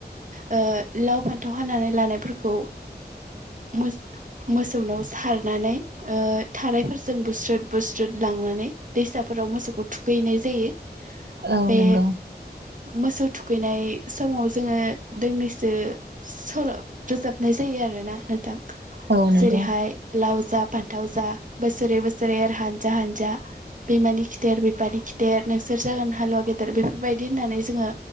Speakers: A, on the right; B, on the right.
A: ओ लाव फान्थाव हानानै लानायफोरखौ मोस-मोसौनाव सारनानै ओ थारायफोरजों बुस्रोद बुस्रोद लांनानै दैसाफोराव मोसौखौ थुखैहैनाय जायो।
B: औ
A: बे
B: नोंगौ।
A: मोसौ थुखैनाय समाव जोङो दोंनै सो सल' रोजाबनाय जायो आरोना नोंथां।
B: औ नंगौ
A: जेरैहाय लाव जा फान्थाव जा बोसोरै बोसोरै एर हानजा हानजा बिमानि खिथेर बिफानि खिथेर नोंसोर जागोन हालुवा गेदेर बेफोरबायदि होननानै जोङो